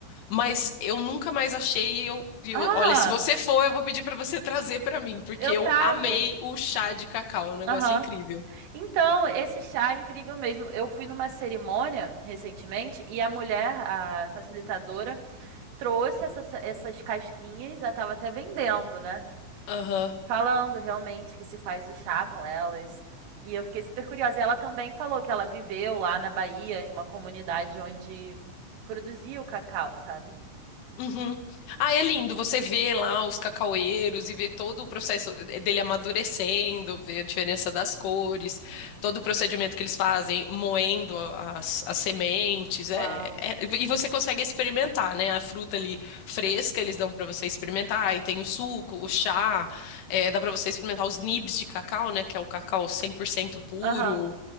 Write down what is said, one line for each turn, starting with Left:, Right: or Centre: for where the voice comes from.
Left: mas eu nunca mais achei e eu, e
Right: Ah,
Left: eu- olha, se você for, eu vou pedir pra você <laughs> trazer pra mim, porque
Right: eu
Left: eu
Right: trago.
Left: amei o chá de cacau, é um negócio
Right: Aham.
Left: incrível.
Right: Então, esse chá é incrível mesmo. Eu fui numa cerimônia recentemente e a mulher, a facilitadora, trouxe essas, essas casquinhas, já estava até vendendo, né?
Left: Aham.
Right: Falando realmente que se faz o chá com elas. E eu fiquei super curiosa. E ela também falou que ela viveu lá na Bahia, em uma comunidade onde produzia o cacau, sabe?
Left: Uhum. Ah, é lindo. Você vê lá os cacaueiros e vê todo o processo dele amadurecendo, vê a diferença das cores, todo o procedimento que eles fazem, moendo as, as sementes.
Right: Uau.
Left: É, é- e você consegue experimentar, né? A fruta ali fresca,
Right: Uhum.
Left: eles dão para você experimentar. e tem o suco, o chá, é, dá para você experimentar os nibs de cacau, né? Que é o cacau 100% puro.
Right: Aham.